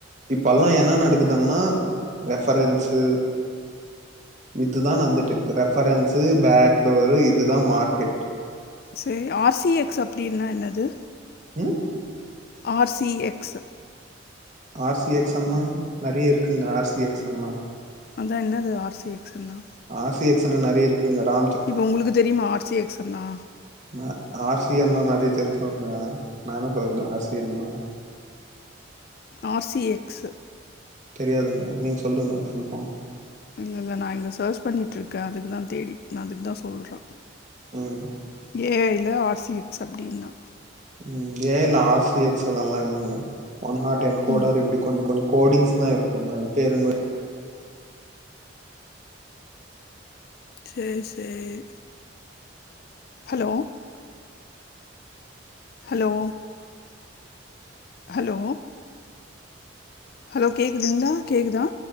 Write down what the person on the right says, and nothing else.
இப்பெல்லா என்ன நடக்குதுன்னா ரெஃபரென்ஸு இதுதா நடந்துட்ருக்கு ரெஃபரன்ஸு பேக்டோரு இதுதா மார்க்கெட்
ம்
R C X ஸண்ணா நெறைய இருக்குங்க ஆர் சி எக்ஸண்ணா
ஆர் சி எக்ஸ்ஸூ னா நறைய இருக்குங்க ரா
நா ஆர் சி என் ன்னா நறைய தெரிஞ்சிருக்கு நா என்ன சொல்றது ஆர் சி என்ன்னா
தெரியாதுங்க நீங்க சொல்லுங்க அதுக்கு ஃபுல் ஃபார்ம்
ம்
ம் ஏ ஜ ல ஆர்சி எக்ஸ் அதெல்லா இல்லங்க ஒன் ஹாட் என் கோடர்
இப்டி கொஞ்சோ கொஞ்சோ கோடிங்ஸ்தா இருக்குங்க அது பைருங்கோ